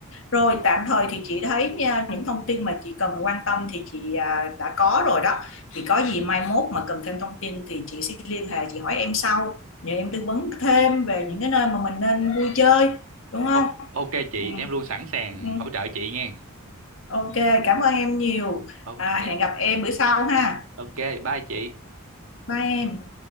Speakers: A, on the left; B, on the right.
A: Rồi tạm thời thì chị thấy nha, những thông tin mà chị cần quan tâm thì chị à, đã có rồi đó. Thì có gì mai mốt mà cần thêm thông tin thì chị sẽ liên hệ chị hỏi em sau, nhờ em tư vấn thêm về những cái nơi mà mình nên vui chơi, đúng không?
B: Ô, ok chị
A: Ừ,
B: em luôn sẵn sàng
A: ừ.
B: hỗ trợ chị nha
A: ok, cảm ơn em nhiều.
B: ok
A: À, hẹn gặp em bữa sau ha.
B: ok bye chị
A: Bye em.